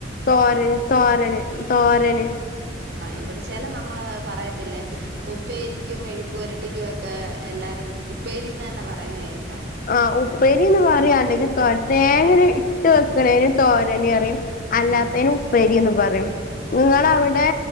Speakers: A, on the left (about 50°); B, on the right (about 60°).
A: തോരൻ തോരന് തോരന്
B: ഇവടെ ചെല നമ്മള് പറയത്തില്ലേ ഉപ്പേരിക്കും മെഴുക്കു പുരട്ടിക്കും ഒക്കെ എല്ലാരും ഉപ്പേരിന്ന് തന്നെ പറയുന്നത് കേക്കാം
A: ആഹ് ഉപ്പേരി ന്ന് പറിം. അല്ലെങ്കി തൊ തേങ്ങ ര് ഇട്ട് വെക്ക്ണേന് തോരന് പറിം. അല്ലാത്തേന്
B: ആ
A: ഉപ്പേരീന്ന് പറയും.
B: ഓ
A: നിങ്ങളവ്ടെ
B: ശരി